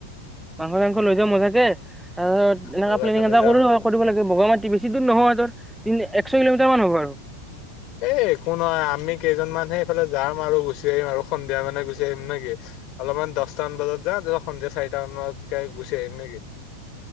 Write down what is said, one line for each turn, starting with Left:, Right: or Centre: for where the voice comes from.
Centre: মাংস চাংস লৈ যাওঁ মজাকে, তাৰপিছত এনেকা
Left: মজাকে
Centre: প্লেনিং
Left: লৈ
Centre: এটা
Left: যাম।
Centre: কৰো কৰিব লাগে বগা মাটি বেছি দূৰ নহয় একশ কিলোমিটাৰ মান হ'ব আৰু। উম।
Left: এ, একো নহৈ আমি কেইজনমান। সেইফালে যাম আৰু গুচি আহিম আৰু সন্ধিয়া মানে গুচি আহিম নেকি, অলপমান দশটামান বজাত যাম। সন্ধিয়া চাৰিটামানতকৈ। গুচি আহিম নেকি?